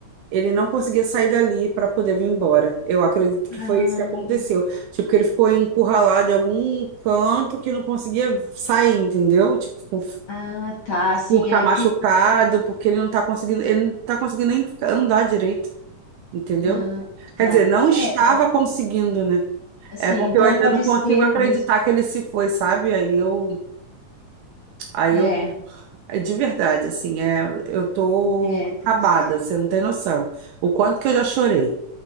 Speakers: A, on the right; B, on the left.
A: Ele não conseguia sair dali para poder vir embora. Eu acredito que
B: Ah,
A: foi isso que aconteceu. Tipo, que ele ficou encurralado em algum canto que não conseguia sair, entendeu? Tipo, por
B: ah, tá. Assim
A: por ficar
B: ele
A: machucado,
B: ficou.
A: porque ele não tá conseguindo, ele não tá conseguindo nem ficar- andar direito, entendeu?
B: Ah, tá.
A: Quer dizer, não estava
B: É, pode.
A: conseguindo, né?
B: Assim,
A: É porque
B: então
A: eu ainda
B: pode
A: não consigo
B: ser
A: acreditar
B: mesmo.
A: que ele se foi, sabe? Aí eu, aí
B: É,
A: eu, é de verdade, assim, é, eu tô
B: é triste.
A: acabada, você não tem noção. O quanto que eu já chorei,